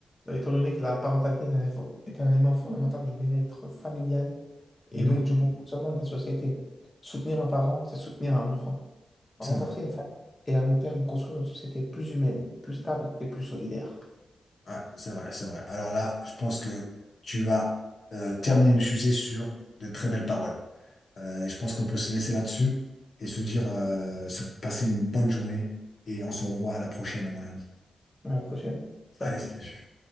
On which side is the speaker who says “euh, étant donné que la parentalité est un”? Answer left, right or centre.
Left